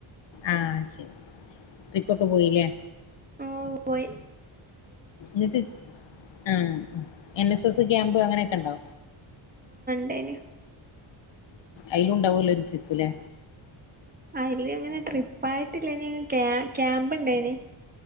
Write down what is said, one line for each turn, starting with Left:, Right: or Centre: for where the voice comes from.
Left: ആഹ ശരി ട്രിപ്പൊക്കെ പോയില്ലേ
Right: ആഓ വയ്
Left: നിക്ക് ആഹ എന്ന ക്യാമ്പ് അങ്ങനെയൊക്കെ ഉണ്ടോ
Right: ണ്ടേനു
Left: അലുണ്ടാവൂല്ലോ ഒരു ട്രിപ്പ്ല്ലേ
Right: അയില് അങ്ങനെ ട്രിപ്പായിട്ടില്ല ഇനി ക്യാമ്പാ ഇണ്ടായിനി